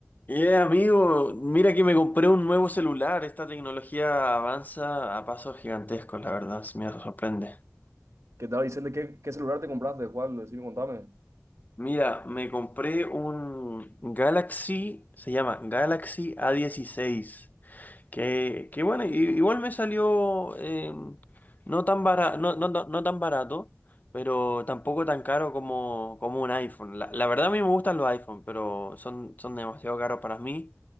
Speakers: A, on the left; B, on the right.
A: Eh, amigo, mira que me compré un nuevo celular. Esta tecnología avanza a pasos gigantescos, la verdad, se me sorprende.
B: que estaba diciendo qué, qué celular te compraste, cuál, decime, contame.
A: Mira, me compré un Galaxy, se llama Galaxy a dieciséis Que, que bueno, i- igual me salió eh, no tan barato, no, no, no- no tan barato, pero tampoco tan caro como, como un iPhone. La, la verdad a mí me gustan los iPhone, pero son, son demasiado caros para mí.